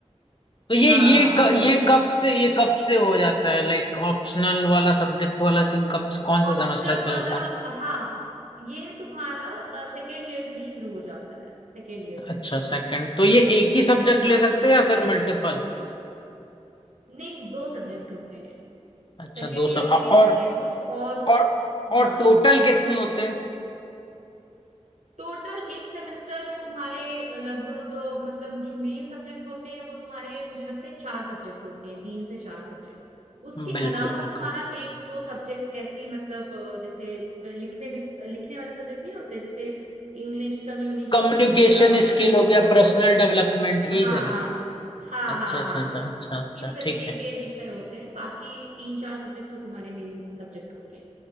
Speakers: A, on the left; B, on the right.
A: तो ये
B: हाँ
A: ये
B: हाँ
A: क,
B: बिल्कुल
A: ये कब से ये कब से हो जाता है लाइक ऑप्शनल वाला सब्जेक्ट वाला सीन कब से- कौन
B: ऑप्शनल
A: से सेमेस्टर
B: वाला
A: से होता है
B: हाँ ये तुम्हारा सेकेंड ईयर से भी शुरू हो जाता है सेकेंड ईयर
A: अच्छा
B: से
A: सेकंड तो ये एक ही सब्जेक्ट
B: हाँ
A: ले सकते
B: ये,
A: हैं या फिर मल्टीपल
B: नहीं दो सब्जेक्ट होते हैं
A: अच्छा
B: सेकेंड
A: दो
B: ईयर
A: सब
B: में
A: और
B: भी होते हैं दो और
A: और
B: हाँ
A: और टोटल कितने होते हैं
B: टोटल एक सेमेस्टर में तुम्हारे लगभग अ, मतलब जो मेन सब्जेक्ट होते हैं वो तुम्हारे मुझे लगता है चार सब्जेक्ट होते हैं तीन से चार सब्जेक्ट उसके
A: बिल्कुल
B: अलावा
A: बिल्कुल
B: तुम्हारा एक दो सब्जेक्ट ऐसे ही मतलब अ, जैसे उसमें लिखने भी लिखने वाले सब्जेक्ट नहीं होते जैसे इंग्लिश कम्युनिकेशन
A: कम्युनिकेशन
B: हो गया
A: स्किल
B: या फिर
A: हो
B: कुछ
A: गया
B: और
A: पर्सनल डेवलपमेंट यही
B: हाँ
A: सारी
B: हाँ हाँ
A: अच्छा
B: हाँ
A: अच्छा
B: हाँ
A: अच्छा
B: हाँ
A: अच्छा अच्छा
B: इस तरीके
A: ठीक है
B: के विषय होते हैं बाकी तीन चार सब्जेक्ट तो तुम्हारे मेन सब्जेक्ट होते हैं